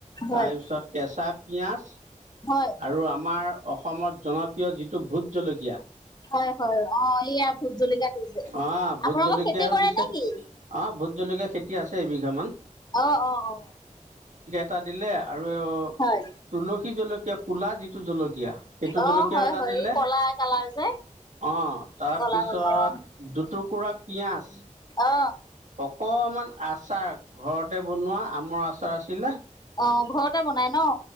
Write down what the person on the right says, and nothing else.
তাৰপিছত কেঁচা পিঁয়াজ।
আৰু আমাৰ অসমত জনপ্ৰিয় যিটো ভোট জলকীয়া।
অঁ ভোট
জলকীয়াও
দিছে
অঁ ভোট জলকীয়া খেতি আছে এবিঘামান।
টা দিলে। আৰু,
তুলসী জলকীয়া কলা যিটো জলকীয়া সেইটো জলকীয়াও
এটা
দিলে।
অ তাৰপিছত,
দুটুকুৰা পিয়াজ।
অকমান আচাৰ ঘৰতে বনোৱা আমৰ আচাৰ আছিলে।